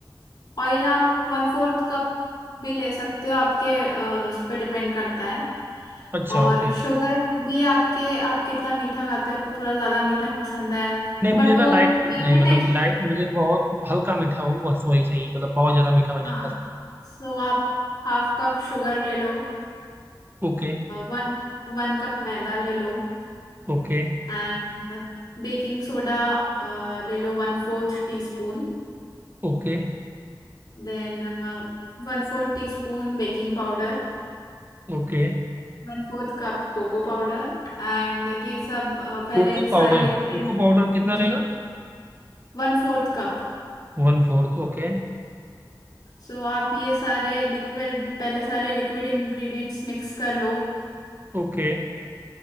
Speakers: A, on the left; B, on the right.
A: ऑयल आप वन फोर्थ कप भी ले सकते हो आपके अ, उस पर डिपेंड करता है
B: अच्छा
A: और
B: ओके
A: शुगर भी आपके आप कितना मीठा खाते हो आपको थोड़ा ज्यादा मीठा पसंद है
B: नहीं
A: तो
B: मुझे
A: बट
B: ना
A: वो
B: लाइट मीठा
A: केक
B: है
A: का
B: मतलब
A: टेक्सचर
B: कि लाइट मुझे बहुत हल्का मीठा हो बस वही चाहिए मतलब बहुत ज्यादा मीठा मैं नहीं
A: हाँ
B: खा सकता
A: सो आप हाफ कप शुगर ले लो
B: Okay
A: वन वन कप मैदा ले लो
B: okay
A: एंड बेकिंग सोडा ले लो वन फोर्थ tea spoon
B: okay
A: Then वन फोर्थ tea spoon baking powder
B: okay
A: वन फोर्थ cup cocoa powder And ये सब अ, पहले
B: Cocoa powder
A: सारे लिक्विड
B: cocoa powder कितना
A: जी
B: रहेगा
A: वन फोर्थ कप
B: One fourth okay
A: सो आप ये सारे लिक्विड पहले सारे लिक्विड इंग्रेडिएंट्स मिक्स कर लो
B: ओके